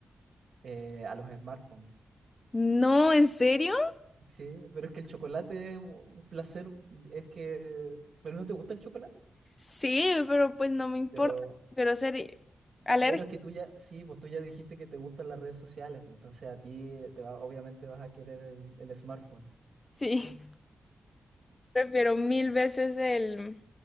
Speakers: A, on the right; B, on the left.
A: eh, a los smartphones.
B: No, ¿en serio?
A: Sí, pero es que el chocolate es un placer, es que, pero no te gusta el chocolate,
B: Sí, pero pues no me importa.
A: pero
B: Prefiero ser alérgico.
A: Bueno, es
B: <laughs>
A: que tú ya, sí, pues tú ya dijiste que te gustan las redes sociales, pues entonces a ti te va, obviamente vas a querer el, el smartphone,
B: Sí, prefiero mil veces el,